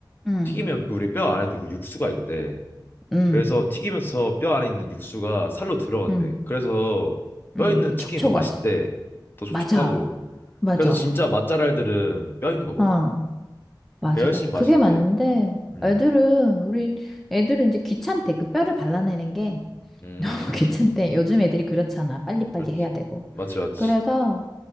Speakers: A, in the centre; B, on the left.
A: 응,
B: 튀기면 우리 뼈 안에 도 육수가 있대.
A: 응,
B: 그래서 튀기면서 뼈 안에 있는 육수가 살로 들어간대.
A: 응,
B: 그래서 뼈
A: 응.
B: 있는 치킨이
A: 촉촉하지.
B: 더 맛있대. 더 촉촉하고.
A: 맞아, 맞아.
B: 그래서 진짜 맛잘알들은 뼈 있는 거 먹어.
A: 어, 맞아,
B: 그게 훨씬
A: 맞아.
B: 맛있대.
A: 그게 맞는데,
B: 음.
A: 애들은, 우리 애들은 이제 귀찮대. 그 뼈를 발라내는 게
B: 음.
A: <laughs> 귀찮대. 요즘 애들이 그렇잖아. 빨리빨리
B: 그렇지.
A: 해야 되고.
B: 맞지 맞지.
A: 그래서,